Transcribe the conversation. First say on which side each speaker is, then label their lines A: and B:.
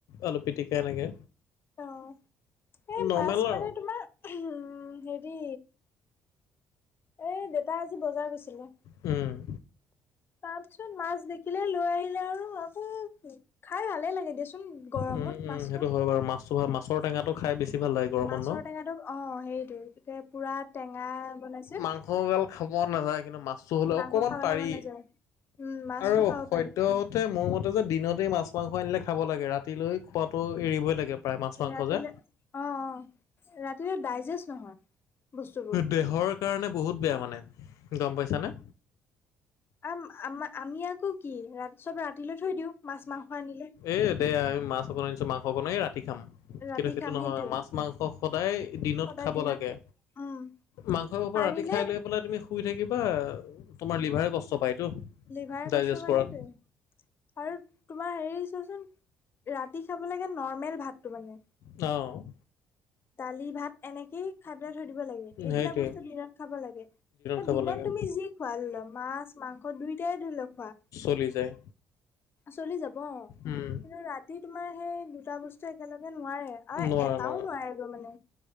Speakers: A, on the left; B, on the left.
A: আলু পিটিকা এনেকে
B: অ', এই
A: নৰ্মেল
B: মাছ
A: আৰু
B: মানে তোমাৰ উম, হেৰি এই দেউতা আজি বজাৰ গৈছিলে
A: উম,
B: তাৰ পিছত মাছ দেখিলে লৈ আহিলে আৰু আকৌ খাই ভালে লাগে দে গৰমত
A: উম উম
B: মাছটো
A: সেইটো হয় বাৰু মাছো ভাল মাছৰ টেঙাটো খাই বেছি ভাল লাগে গৰমত
B: মাছৰ
A: ন
B: টেঙাটো অ হেৰিটো তে পুৰা টেঙা বনাইছে
A: মাংস গাল খাব নাযায় কিন্তু মা চ হ'লে
B: মাংস
A: অকণমান
B: খাবলৈ
A: পাৰি
B: মন নাযায় উম মাছটো
A: আৰু
B: খাব
A: সদ্য
B: পাৰি
A: মোৰ মতে যে দিনতেই মাছ মাংস আনিলে খাব লাগে ৰাতিলৈ খোৱাটো এৰিবই লাগে প্ৰায় মাছ মাংস
B: ৰাতিলে
A: যে
B: অ অ ৰাতিলে ডাইজেষ্ট নহয় বস্তুবোৰ
A: দেহৰ কাৰণে বহুত বেয়া মানে গম পাইছানে
B: আ আম আমি আকৌ কি ৰা চব ৰাতিলৈ থৈ দিওঁ মাছ মাংস আনিলে
A: এ দে আমি মাছ অকণ আনিছো মাংস বনাই ৰাতি খাম
B: ৰাতি
A: কিন্তু সেইটো
B: খাম
A: নহয়
B: সেইটোৱে
A: মাছ মাংস সদায় দিনত
B: সদায়
A: খাব
B: দিনত
A: লাগে
B: উম
A: মাংসৰ ওপৰ
B: পাৰিলে
A: ৰাতি খাই লৈ তুমি শুই থাকিবা তোমাৰ লিভাৰে কষ্ট পায়তো
B: লিভাৰ
A: ডাইজেষ্ট
B: কষ্ট পায়
A: কৰাত
B: সেইটোৱে য়ে আৰু তোমাৰ হেৰি চোৱাচোন ৰাতি খাব লাগে নৰ্মেল ভাতটো মানে
A: অ
B: দালি ভাত এনেকেই খাই পেলায় থৈ দিব লাগে এইবিলাক
A: সেইটোৱে
B: বস্তু দিনত খাব লাগে
A: খাব
B: দিনত
A: লাগে
B: তুমি যি খুৱা ল মাছ মাংস দুইটাই ধৰি ল খোৱা
A: চুলি যায়
B: চলি যাব অ
A: উম,
B: কিন্তু ৰাতি তোমাৰ সেই দুটা বস্তু একেলগে নোৱাৰে আৰু
A: নোৱাৰে
B: এটাও
A: নোৱাৰে
B: নোৱাৰেগৈ মানে